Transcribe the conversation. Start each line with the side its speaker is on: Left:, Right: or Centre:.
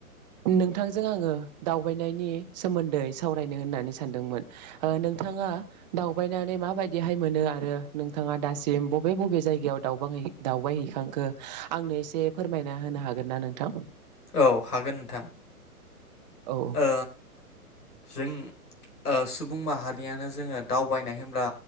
Right: नोंथांजों आङो दावबायनायनि सोमोन्दै सावरायनो होननानै सानदोंमोन। ओ नोंथाङा दावबायनानै माबायदिहाय मोनो आरो नोंथाङा दासिम बबे बबे जायगायाव दावबांहै दावबायहैखांखो आंनो एसे फोरमायना, होनो हागोन ना नोंथां?
Left: औ हागोन नोंथां,
Right: औ
Left: ओ जों ओ सुबुं माहारियानो जोङो दावबायनाय होनब्ला